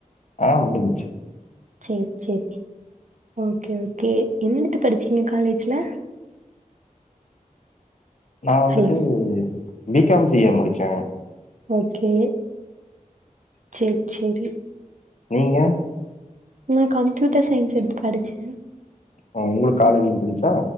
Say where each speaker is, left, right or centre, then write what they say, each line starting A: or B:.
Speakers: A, on the left (about 60°); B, on the right (about 60°).
A: ஆ முடுஞ்ச்சு
B: சேரி சேரி ஓகே ஓகே என்னடுத்து படிச்சீங்க காலேஜ்ல
A: நா வந்துட்டு
B: ஹலோ
A: பி காம் சி ஏ முடிச்சங்க
B: ஓகே சேர் சேரி
A: நீங்க
B: நா கம்ப்யூட்ட சயின்ஸ் எடுத்து படிச்சே
A: ஒ உங்ளுக் காலேஜ் முடுஞ்சா